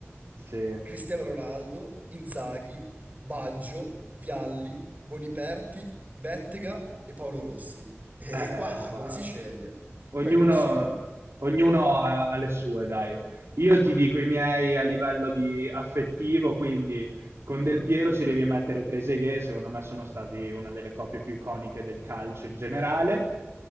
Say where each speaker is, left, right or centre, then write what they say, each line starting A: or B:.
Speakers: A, on the right (about 70°); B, on the right (about 35°).
A: sì.
B: Cristiano Ronaldo, Inzaghi, Baggio, Vialli, Boniperti, Bettega e Paolo Rossi. E
A: Eh,
B: qua
A: qua.
B: come si sceglie?
A: Ognuno,
B: Qua è impossibile.
A: ognuno ha, ha le sue, dai. Io ti dico i miei a livello di affettivo, quindi con Del Piero ci devi mettere Trezeguet, secondo me sono stati una delle coppie più iconiche del calcio in generale.